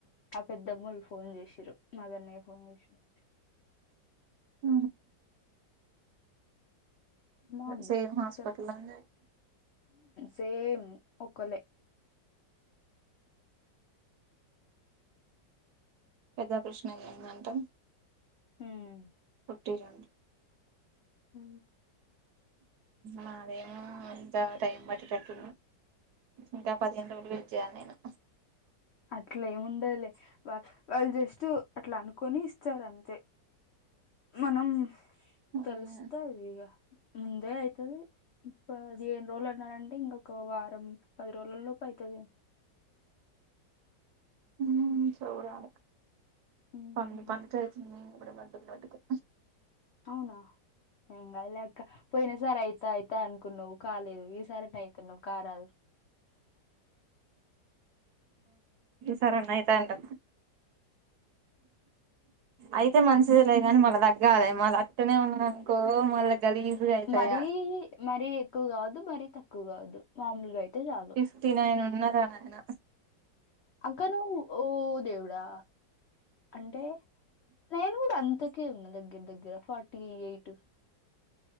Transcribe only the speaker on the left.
పెద్దమ్మోలు ఫోన్ చేసిరు మదర్నే ఫోన్ చేసారు
బాగుంది
చెప్
సేమ్ ఒకలే
హ్మ్
హ
అట్లేమి ఉండదులే వా వాళ్ళు జస్ తు అట్లా అనుకొని ఇస్తరంతే మనం
కల్స్తతాది ఈగ ముందే అయితది ఇప్ప అది అన్నాడ అంటే ఇంకొక వారం పది రోజుల లోపు అయితది
ఉమ్
అవునా ఇంగా లే అక్క పోయినా సార్ అయితా అయితా అనుకున్నావు్ కాలేదు ఈ సారట్ అయితు నువ్ కారాలు
మరీ
మరీ ఎక్కువ కాదు మర తక్కువ కాదు మామూలుగా అయితే చాలు
అక్కనూ ఓ దేవుడా అంటే నేను కూడా అంత క్క ఉన్నా దగ్గర దగ్గర ఫార్టీ ఎయిట్